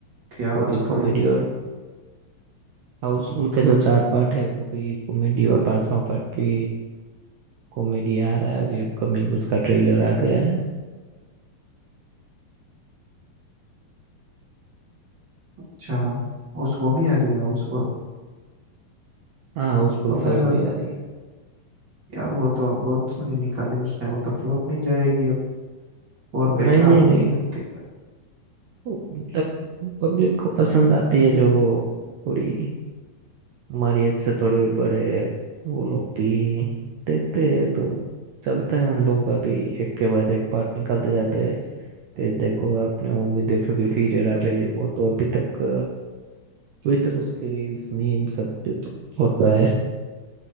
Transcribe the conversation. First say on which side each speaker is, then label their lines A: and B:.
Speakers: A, on the right; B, on the right.
A: की आवाज़
B: वो भी कॉमेडी
A: थोड़ी
B: और हाउसफुल के जो चार पार्ट है वो भी कॉमेडी और पांचवा पार्ट भी कॉमेडी आ रहा है अभी अपकमिंग उसका ट्रेलर आ गया है
A: अच्छा उस वो भी आ रही है हाउसफुल
B: हाँ हाउसफुल
A: वो
B: फाइव
A: तो यार
B: भी आ रही है
A: यार वो तो बहुत सारी निकाली उसने वो तो फ्लॉप नहीं जाएगी अब और बेकार
B: नहीं नहीं
A: होती
B: नहीं
A: है उनकी
B: वो मतलब पब्लिक को पसंद आती है जो थोड़ी हमारी एज से थोड़े बड़े वो लोग भी देखते हैं तो चलता है उन लोगों का भी एक के बाद एक पार्ट निकालते जाते हैं फिर देखो आपने मम्मी देखोगे फिर हेरा फेरी वो तो अभी तक अभी तक उसकी रील्स मीम सब कुछ होता है